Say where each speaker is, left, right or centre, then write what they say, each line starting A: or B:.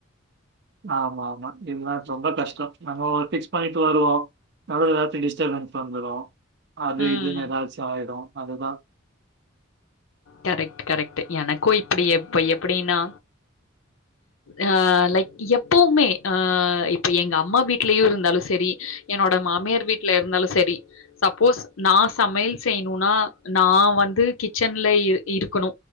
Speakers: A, on the right; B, on the left.
A: ஆமா ஆமா இல்லனா ரொம்ப கஷ்டோ நம்ம ஒன்னு ஃபிக்ஸ் பண்ணிட்டு வருவோ நடுவுல எதாச்சி டிஸ்டபன்ஸ் வந்துரு அது
B: ம்.
A: இதுன்னு எதாச்சு ஆயிரு அதுதா
B: கரெக்ட் கரெக்ட்டு எனக்கு இப்டி இப்ப எப்பிடின்னா அ லைக் எப்பவுமே ஆ இப்ப எங்க அம்மா வீட்லயு இருந்தாலு செரி என்னோட மாமியார் வீட்ல இருந்தாலு சரி சப்போஸ் நா சமையல் செய்ணுனா நா வந் து கிச்சன்ல இ இருக்கணு